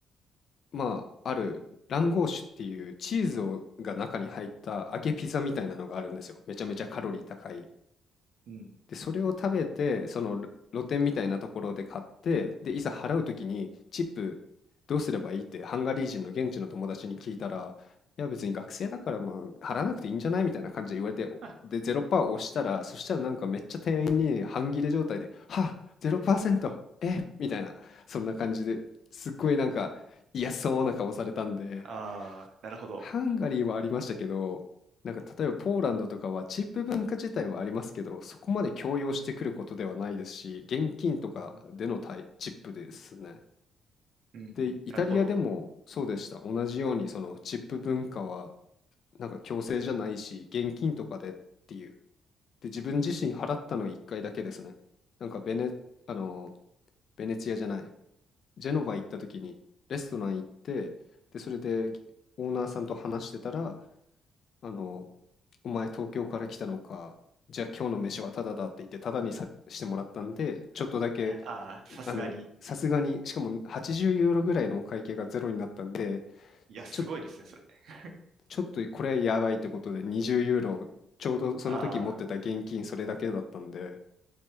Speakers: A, on the left; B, on the right.
A: まあ、あるランゴーシュっていうチーズをが中に入った揚げピザみたいなのがあるんですよ。めちゃめちゃカロリー高い。
B: うん。
A: で、それを食べて、その、ろ露店みたいなところで買って、で、いざ払うときにチップどうすればいいってハンガリー人の現地の友達に聞いたら、いや別に学生だからまあ払わなくていいんじゃないみたいな感じで言われて、おで、
B: あ
A: 0%押したら、そしたらなんかめっちゃ店員に半切れ状態で、はあ、0%、え、みたいな、そんな感じですっごいなんか嫌そうな顔されたんで、
B: あー、なるほど。
A: ハンガリーはありましたけど、なんか例えばポーランドとかはチップ文化自体はありますけど、そこまで強要してくることではないですし、現金とかでの対チップですね。
B: うん。うんうん。
A: で、イタリアでもそうでした。
B: なるほど。
A: 同じようにそのチップ文化はなんか強制じゃないし、現金とかでっていう。で、自分自身払ったの1回だけですね。なんかベネ、あの、ベネツィアじゃない、ジェノバ行った時にレストラン行って、で、それでオーナーさんと話してたら、あの、お前東京から来たのか、じゃあ今日の飯はタダだって言ってタダにさしてもらったんで、ちょっとだけ、
B: ああ、さすがに。
A: あの、さすがに、しかも80ユーロぐらいのお会計がゼロになったんで、
B: いや、すごいですね、
A: ちょ、
B: それ。<laughs>
A: ちょっとこれはやばいってことで20ユーロ、ちょうどその時持ってた現金それだけだったんで、
B: ああ。